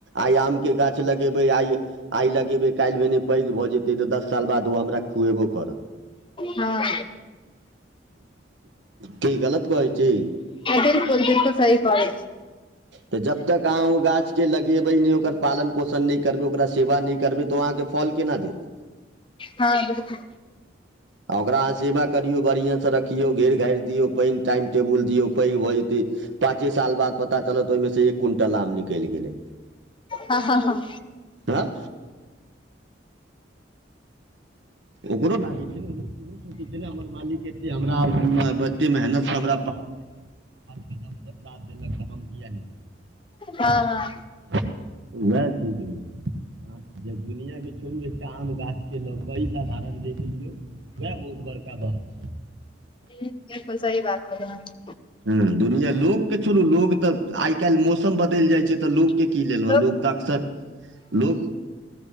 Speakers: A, on the right (about 80°); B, on the left (about 30°).
A: आय आमके गाछ लगेबै आय आय लगेबै काल्हि भेने पैघ भऽ जेतै तऽ दस साल बाद ओ हमरा खुएबो करत
B: हँ
A: की गलत कहै छी
B: बिल्कुल बिल्कुल सही कहै छी
A: तऽ जब तक अहाँ ओ गाछके लगेबै नहि ओकर पालन पोषण नहि करबै ओकरा सेवा नहि करबै तऽ ओ अहाँके फल केना देत
B: हँ बिल्कुल
A: आ ओकरा अहाँ सेवा करियौ बढ़ियां से रखियौ घेर घारि दियौ पानि टाइम टेबुल दियौ पैघ भऽ जेतै पाँचे साल बाद पता चलत त ओहिमेसँ एक क्विंटल आम निकलि गेलै
B: हँ हँ ह
A: आँ ओकरो लागे छै ने उहो सोचै छै हमर मालिक एते हमरा एते मेहनत से हमरा पाल रा हर कदमप साथ देलक तऽ हम किए नहियै
B: हँ हँ
A: त उएह चीज होइ छै दुनिया के छोड़ू एकटा आम गाछ के ल साधारण देख लियौ वएह बहुत बड़का बात
B: ई त सही बात कहलौं ह
A: ह दुनिया लोग के छोड़ू लोग तऽ आय काल्हि मौसम बदलि जाय छै तऽ लोकके
B: <unintelligible>
A: कि लेलहुँ लोक तऽ अक्सर लोक